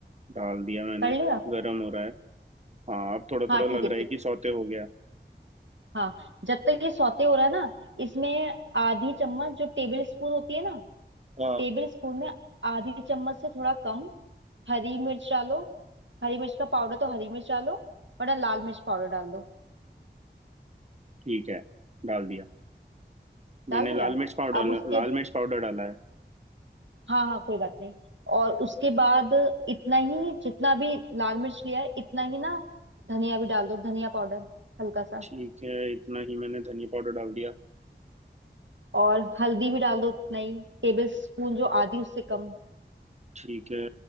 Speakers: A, on the right; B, on the right.
A: डाल दिया मैंने
B: कर लिया
A: गर्म हो रहा है हाँ अब थोड़ा
B: हाँ
A: थोड़ा लग
B: ठीक है
A: रहा है
B: ज-
A: कि सौते हो गया
B: हाँ जब तक ये सौते हो रहा है ना इसमें आधी चम्मच जो टेबल स्पून होती है ना
A: हाँ
B: टेबल स्पून में आधी चम्मच से थोड़ा कम हरी मिर्च डालो हरी मिर्च का पाउडर तो हरी मिर्च डालो वरना लाल मिर्च पाउडर डाल दो
A: ठीक है डाल दिया
B: डाल
A: मैंने लाल
B: दिया
A: मिर्च पाउडर
B: अब उसके
A: लाल मिर्च पाउडर डाला है
B: हाँ हाँ कोई बात नहीं और उसके बाद इतना ही जितना भी लाल मिर्च लिया है इतना ही ना धनिया भी डाल दो धनिया पाउडर हल्का सा
A: ठीक है इतना ही मैंने धनिया पाउडर डाल दिया
B: और हल्दी भी डाल दो उतना ही टेबल स्पून जो आधी उससे कम
A: ठीक है